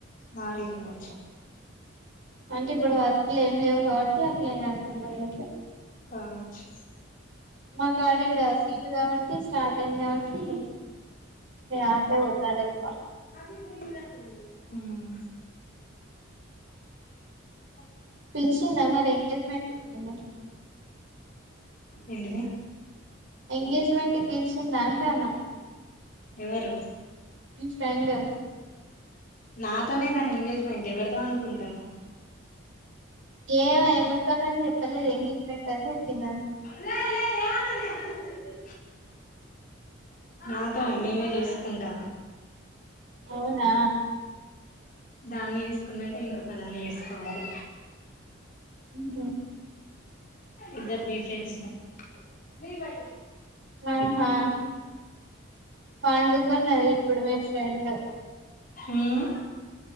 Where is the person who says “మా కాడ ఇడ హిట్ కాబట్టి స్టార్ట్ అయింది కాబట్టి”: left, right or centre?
Right